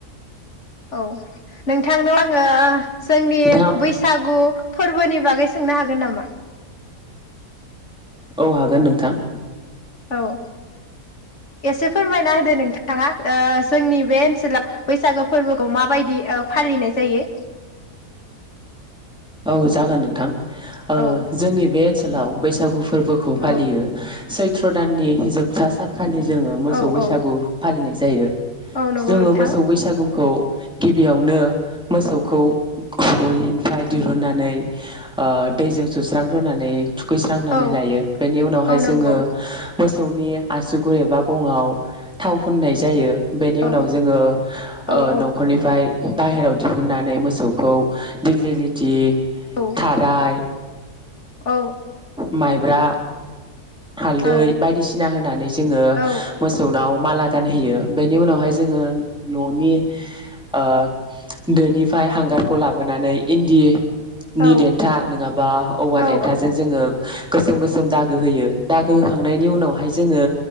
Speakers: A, on the left (about 45°); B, in the centre.
A: औ नोंथांनाव आङो जोंनि
B: नोंथाङा
A: बैसागु फोरबोनि बागै सोंनो हागोन नामा
B: औ हागोन नोंथां
A: औ एसे फोरमायना होदो नोंथाङा ओ जोंनि बे ओनसोलाव बैसागो फोरबोखौ माबायदि ओ फालिनाय जायो
B: औ जागोन नोंथां ओ
A: औ
B: जोंनि बे ओनसोलाव बैसागु फोरबोखौ
A: औ
B: फालियो सै त्र दाननि जोबथा सान खालि जोङो मोसौ
A: औ
B: बैसागु
A: औ
B: फालिनाय जायो
A: औ नंगौ
B: जोङो
A: नोंथां
B: मोसौ बैसागुखौ गिबियावनो मोसौखौ गलिनिफ्राय नानै ओ दैजों सुस्रांग्रोनानै थुखैस्रांनानै
A: औ
B: लायो बेनि उनावहाय
A: औ
B: जोङो
A: नंगौ
B: मो सौनि आसुगुर एबा गङआव थाव फुननाय जायो बेनि
A: औ
B: उनाव जोङो
A: औ
B: ओ
A: औ
B: न'खरनिफ्राय बाहेरायाव दिहुननानै मोसौखौ दिग्लि थि
A: औ
B: थाराय
A: औ
B: माइब्रा हालदै
A: औ
B: बायदिसिना होनानै जोङो
A: औ
B: मोसौनाव माला गानहोयो बेनि उनावहाय जोङो न'नि ओ दोनिफ्राय हांगारखौ लाबोनानै इन्दिनि
A: औ
B: देनथा नङाबा औवा
A: औ
B: देनथाजों जोङो गोसोम गोसोम दा गो होयो दा गो खांनायनि उनावहाय जोङो